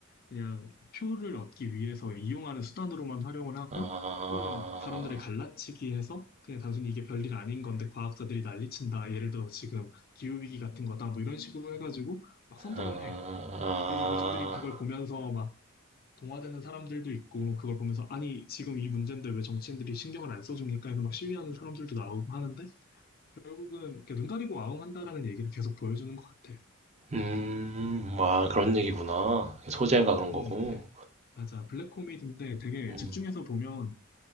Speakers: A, on the left; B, on the right.
A: 그냥 표를 얻기 위해서 이용하는 수단으로만 활용을 하고
B: 아,
A: 또는 사람들을 갈라치기 해서 그냥 단순히 이게 별일 아닌 건데 과학자들이 난리친다. 예를 들어 지금 기후위기 같은 거다. 뭐 이런 식으로 해가지고 막 선동을
B: 아,
A: 해.
B: 아.
A: 근데 이제 대중들이 그걸 보면서 막 동화되는 사람들도 있고 그걸 보면서 아니 지금 이 문제인데 왜 정치인들이 신경을 안 써줍니까 해서 막 시위하는 사람들도 나오고 하는데 결국은 이렇게 눈 가리고 아웅한다라는 얘기를 계속 보여주는 것 같아.
B: 음, 아, 그런 얘기구나. 소재가 그런 거고.
A: 음, 네. 맞아. 블랙 코미디인데 되게
B: 음,
A: 집중해서 보면